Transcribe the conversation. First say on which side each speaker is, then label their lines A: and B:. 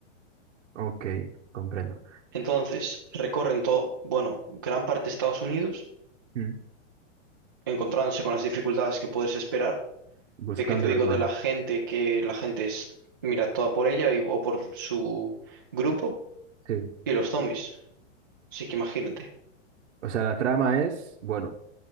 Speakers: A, on the right (about 85°); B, on the right (about 20°).
A: Ok, comprendo.
B: Entonces, recorren todo, bueno, gran parte de Estados Unidos
A: Mm,
B: encontrándose con las dificultades que puedes esperar,
A: Buscando
B: de que te digo
A: el hermano.
B: de la gente, que la gente es, mira, toda por ella y, o por su grupo,
A: Sí.
B: y los zombies. Así que imagínate.
A: O sea, la trama es, bueno,